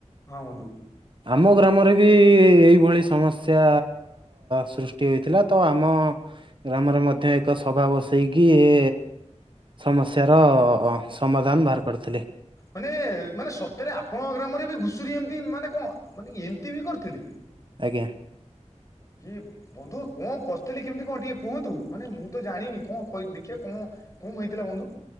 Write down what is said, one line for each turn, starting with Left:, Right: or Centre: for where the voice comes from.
Left: ହଁ ବନ୍ଧୁ।
Right: ଆମ ଗ୍ରାମରେ ବି ଏଇଭଳି ସମସ୍ୟା ସୃଷ୍ଟି ହୋଇଥିଲା ତ ଆମ ହଁ ଗ୍ରାମରେ ମଧ୍ୟ ଏକ ସଭା ବସେଇକି ଏ ସମସ୍ୟାର ହଁ ସମାଧାନ ବାହାର କରିଥିଲେ।
Left: ମାନେ ମାନେ ସତରେ ଆପଣଙ୍କ ଗ୍ରାମରେ ବି ଘୁଷୁରୀ ଏମତି ମାନେ କଣ ମାନେ ଏମିତି ବି କରିଥିଲେ?
Right: ଆଜ୍ଞା। <inaudible>
Left: କିଏ ବନ୍ଧୁ କଣ କରିଥିଲେ କେମିତି କଣ ଟିକେ କୁହନ୍ତୁ ମାନେ ମୁଁ ତ ଜାଣିନି କଣ କହି ଦେଖେ କଣ କଣ ହୋଇଥିଲା ବନ୍ଧୁ?